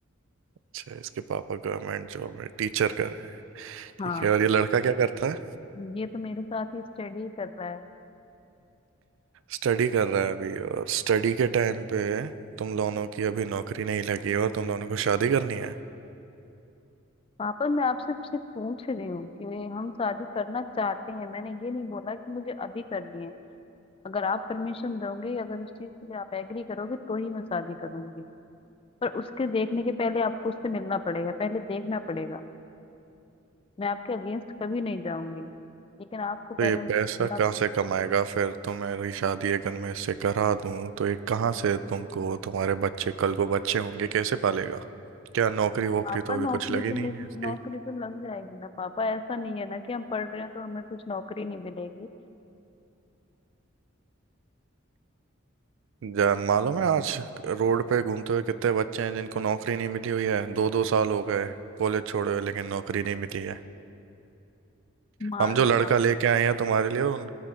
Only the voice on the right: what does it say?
अच्छा इसके पापा गवर्नमेंट जॉब में टीचर कर
ठीक है और ये लड़का क्या करता है
स्टडी कर रहा है अभी और स्टडी के टाइम पे तुम दोनों की अभी नौकरी नहीं लगी और तुम दोनों को शादी करनी है
तो ये
पैसा
कहाँ से कमाएगा फिर तो मेरी शादी अगर मैं इससे करा दूं तो ये कहाँ से तुमको तुम्हारे बच्चे कल को बच्चे होंगे कैसे पालेगा क्या नौकरी वोकरी
तो
अभी कुछ लगी
नहीं
है इसकी
जान मालूम है आज रोड पे घूमते हुए कितने बच्चे हैं जिनको नौकरी नहीं मिली हुई है दो दो साल हो गए कॉलेज छोड़े हुए लेकिन नौकरी नहीं मिली है
हम जो लड़का
लेके आए हैं तुम्हारे लिए उन